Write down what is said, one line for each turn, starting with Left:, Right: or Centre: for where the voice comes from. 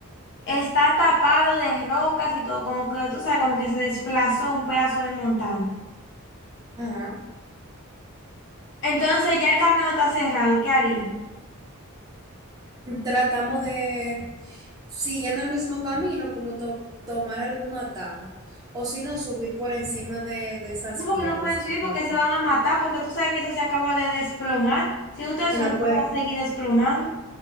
Left: está tapado de rocas y todo, como que tú sabes, como que se desplazó un pedazo de montaña.
Right: Ajá.
Left: Entonces ya el camino está cerrado, ¿qué harían?
Right: Tratamos de, siguiendo el mismo camino, como to- tomar algún atajo, o si no, subir por encima de, de esas
Left: No, porque
Right: piedras
Left: no pueden subir
Right: que cayeron.
Left: porque se van a matar, porque tú sabes que eso se acaba de desplomar. Si ustedes
Right: Ah,
Left: suben,
Right: no, pues
Left: eso va a seguir desplomando.